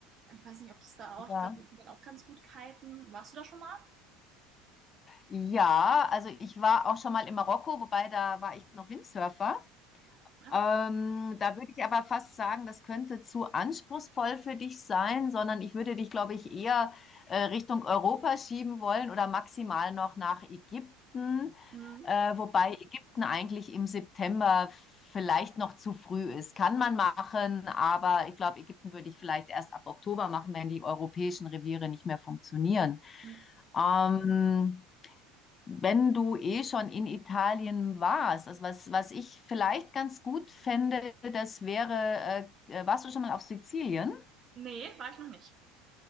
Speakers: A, on the right; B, on the left.
A: Ich weiß nicht, ob es da auch,
B: Ja.
A: ich glaube, die können auch ganz gut kiten. Warst du da schon mal?
B: Ja, also ich war auch schon mal in Marokko, wobei da war ich noch Windsurfer.
A: Ja.
B: Ähm, da würde ich aber fast sagen, das könnte zu anspruchsvoll für dich sein, sondern ich würde dich, glaube ich, eher äh, Richtung Europa schieben wollen oder maximal noch nach Ägypten,
A: Mhm.
B: äh, wobei Ägypten eigentlich im September vielleicht noch zu früh ist. Kann man machen, aber ich glaube, Ägypten würde ich vielleicht erst ab Oktober machen, wenn die europäischen Reviere nicht mehr funktionieren.
A: Mhm.
B: Ähm, wenn du eh schon in Italien warst, also was, was ich vielleicht ganz gut fände, das wäre, äh, äh, warst du schon mal auf Sizilien?
A: Nee, war ich noch nicht.